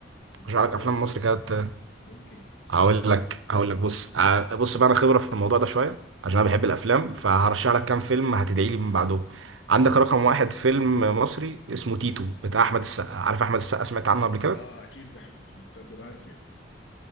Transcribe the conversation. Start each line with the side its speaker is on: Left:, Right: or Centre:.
Left: والله
Right: ارشح لك افلام
Left: ممكن
Right: مصر كده ت-
Left: ممكن
Right: هقول لك هقول لك بص ع- بص بقى انا خبره في الموضوع ده شويه عشان
Left: اها
Right: انا بحب الافلام فهرشح لك كام فيلم هتدعي لي من بعدهم
Left: اها
Right: عندك رقم واحد فيلم مصري اسمه تيتو بتاع احمد السقا عارف احمد السقا سمعت عنه قبل كده
Left: اه اكيد ده احمد أحمد السقا بعرفه يا مان.